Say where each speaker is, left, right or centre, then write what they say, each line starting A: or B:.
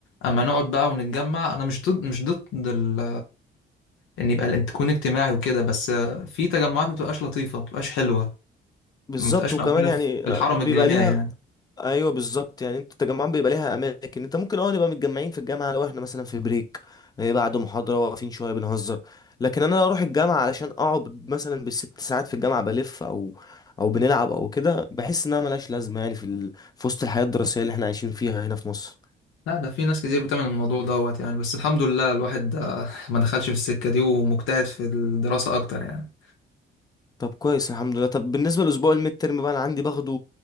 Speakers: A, on the left; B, on the left.
A: اما نقعد بقى ونتجمع انا مش ضد مش ضد ال... ان يبقى ال- تكون اجتماعي وكده بس في تجمعات ما بتبقاش لطيفه ما بتبقاش حلوه
B: بالظبط
A: ما بتبقاش
B: وكمان
A: مقبوله
B: يعني
A: في
B: آه،
A: الحرم
B: بيبقى
A: الجامعي
B: ليها
A: يعني
B: ايوه بالظبط يعني انت التجمعات بيبقى ليها اماكن انت ممكن اه نبقى متجمعين في الجامعه لو احنا مثلا في بريك إيه بعد محاضره واقفين شويه بنهزر لكن انا لو اروح الجامعه علشان اقعد مثلا بالست ساعات في الجامعه بلف او او بنلعب او كده بحس انها ملهاش لازمه يعني في ال... في وسط الحياه الدراسيه اللي احنا عايشين فيها هنا في مصر
A: لا ده في ناس كتير بتعمل الموضوع دوت يعني بس الحمد لله الواحد آه، ما دخلش في السكه دي ومجتهد في الدراسه اكتر يعني
B: طب كويس الحمد لله طب بالنسبه لاسبوع الميد ترم بقى انا عندي باخده